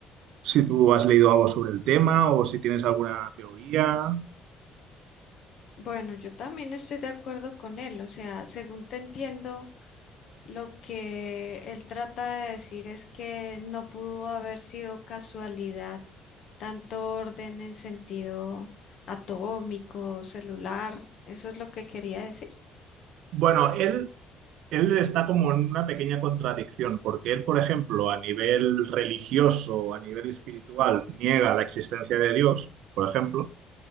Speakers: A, on the right; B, on the left.
A: si tú has leído algo sobre el tema o si tienes alguna teoría.
B: Bueno, yo también estoy de acuerdo con él, o sea, según te entiendo, lo que él trata de decir es que no pudo haber sido casualidad tanto orden en sentido atómico, celular, eso es lo que quería decir.
A: Bueno, él, él está como en una pequeña contradicción, porque él, por ejemplo, a nivel religioso, a nivel espiritual, niega la existencia de Dios, por ejemplo